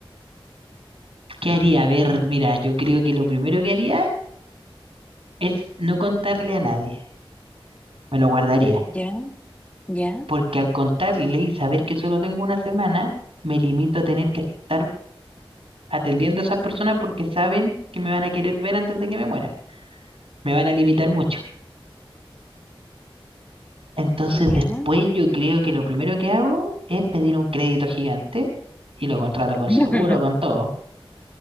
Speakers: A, on the right; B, on the left.
A: ¿Qué haría? A ver, mira, yo creo que lo primero que haría es no contarle a nadie. Me lo guardaría.
B: Ya, ya,
A: Porque al contarle y saber que solo tengo una semana, me limito a tener que estar atendiendo a esas personas porque saben que me van a querer ver antes de que me muera. Me van a limitar mucho. Entonces
B: ya,
A: después yo creo que lo primero que hago es pedir un crédito gigante y lo contrato con
B: <laughs>
A: seguro, con todo.